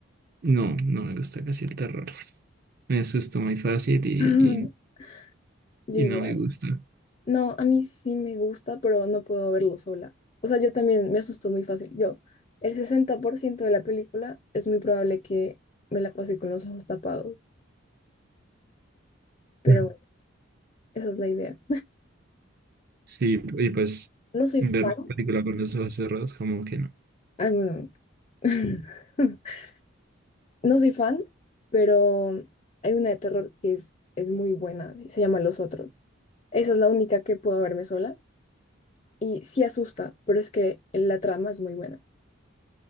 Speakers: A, on the right; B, on the left.
A: No, no me gusta casi el terror. me asusto muy fácil y,
B: Ujú.
A: y,
B: <laughs> Yo
A: y
B: igual.
A: no me gusta.
B: No, a mí sí me gusta, pero no puedo verlo sola. O sea, yo también me asusto muy fácil. Yo, el 60% de la película es muy probable que me la pase con los ojos tapados, pero
A: Ya.
B: bueno, esa es la idea.
A: Sí, y pues
B: No soy
A: ver
B: fan.
A: una película con los ojos cerrados, como que no,
B: Ah, bueno, <laughs> No soy fan, pero hay una de terror que es, es muy buena y se llama Los Otros. Esa es la única que puedo verme sola y sí asusta, pero es que la trama es muy buena.